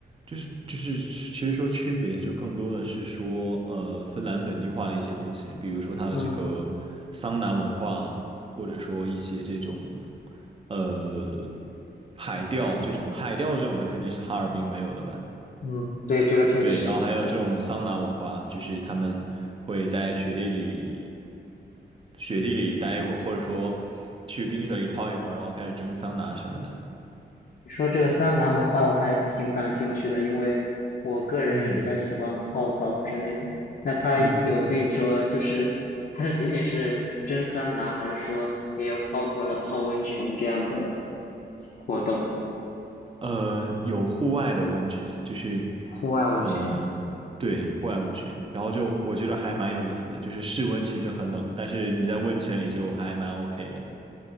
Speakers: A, on the right (about 30°); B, on the left (about 55°).
A: 就是就是，其实说区别就更多的是说，呃，芬兰本地化的一些东西，比如说它的这个桑拿文化，
B: 嗯
A: 或者说一些这种，呃，海钓这种的，海钓这种的肯定是哈尔滨没有的吧？
B: 嗯，对，这个确实。
A: 对，然后还有这种桑拿文化，就是他们会在雪地里雪地里待一会儿，或者说去冰水里泡一会儿，然后开始蒸桑拿什么的。
B: 你说这个桑拿文化我还挺感兴趣的，因为我个人是比较喜欢泡澡之类的。
A: 嗯
B: 那它有那种就是，
A: 嗯。
B: 它是仅仅是蒸桑拿，还是说也有包括了泡温泉这样的活动，
A: 呃，有户外的温泉，就是，
B: 户外温泉？
A: 呃，对，户外温泉，然后就我觉得还蛮有意思的，就是室温其实很冷，但是你在温泉里就还蛮 OK 的。